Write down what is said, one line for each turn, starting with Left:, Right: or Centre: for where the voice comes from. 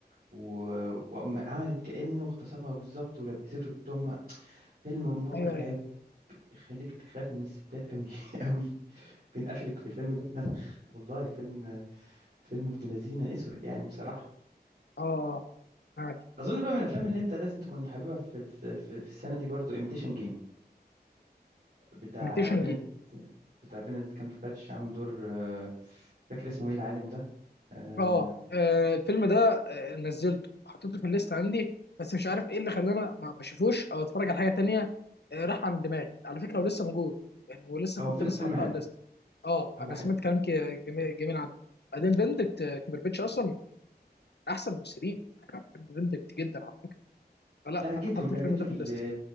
Right: و... وعملت كأنه اغتصبها بالظبط ولبسته التهمة فيلم مرعب
Left: ايوه ايوه
Right: يخليك تخاف من الستات قوي <laughs> قوي بين قفلك في الفيلم ده اتنفخ والله فيلم فيلم ابن لذينة اسود يعني بصراحة
Left: اه آه، معاك
Right: اظن بقى من الافلام اللي انت لازم تكون حاببها في في في السنه دي برضو ايميتيشن جيم بتاع
Left: imitation
Right: بنديكت
Left: game
Right: بتاع بنديكت كامبرباتش عامل دور آه، فاكر اسمه ايه العالم ده آه،
Left: اه آه، الفيلم ده آه، نزلته حطيته في الليست عندي بس مش عارف ايه اللي خلاني ما ما اشوفوش او اتفرج على حاجه تانية آه، راح عن دماغي على فكره ولسه موجود يعني ولسه
Right: هو
Left: كنت
Right: فيلم
Left: لسه
Right: فيلم
Left: حاطه
Right: حلو
Left: على الليست اه
Right: هو
Left: انا
Right: حلو
Left: سمعت كلام كي- جميل جميل عنه بعدين بندكت كمبربيتش اصلا من احسن الممثلين انا بحب بندكت جدا على فكره فلا
Right: لهجته
Left: انا حاطط
Right: لهجته
Left: الفيلم ده
Right: ال
Left: في الليست